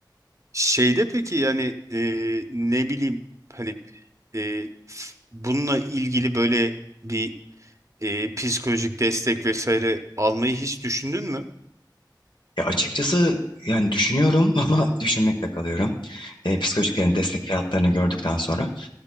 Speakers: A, on the right (about 40°); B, on the left (about 85°).
A: Şeyde peki yani e, ne bileyim hani e, f- bununla ilgili böyle bir e, psikolojik destek vesaire almayı hiç düşündün mü?
B: Ya açıkçası yani düşünüyorum <laughs> ama düşünmekle kalıyorum. E, psikolojiklerin destekli hatlarını gördükten sonra.